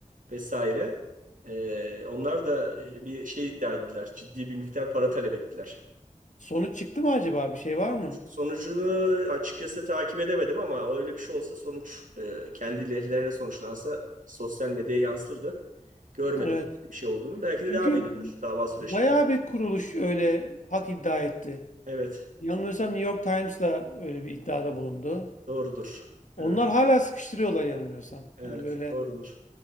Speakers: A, on the right (about 80°); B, on the left (about 65°).
A: vesaire. Ee, onlar da e, bir şey iddia ettiler. Ciddi bir miktar para talep ettiler.
B: Sonuç çıktı mı acaba? Bir şey var
A: Sonucu-
B: mı?
A: Sonucunu açıkçası takip edemedim ama öyle bir şey olsa sonuç e, kendi lehlerine sonuçlansa sosyal medyaya yansırdı. Görmedim
B: Evet.
A: bir şey olduğunu. Belki
B: Çünkü
A: de devam ediyordur dava süreçleri.
B: bayağı bir kuruluş öyle hak iddia etti.
A: Evet,
B: Yanılmıyorsam New York Times'la öyle bir iddiada bulundu.
A: doğrudur.
B: Onlar
A: Evet,
B: hala sıkıştırıyorlar yanılmıyorsam.
A: evet,
B: Hani böyle
A: doğrudur.